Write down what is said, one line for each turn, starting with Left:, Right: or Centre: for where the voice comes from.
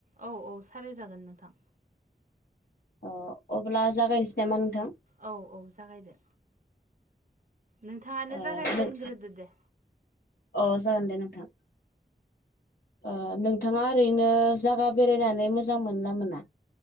Right: औ औ सावराय जागोन नोंथां।
Left: अ अब्ला जागायनोसै नामा नोंथां?
Right: औ औ जागायदो नोंथाङानो
Left: ओ
Right: जागायजेनग्रोदो
Left: नों
Right: दे
Left: अ जागोन दे नोंथां। ओ नोंथाङा ओरैनो जायागा बेरायनानै मोजां मोनो ना मोना?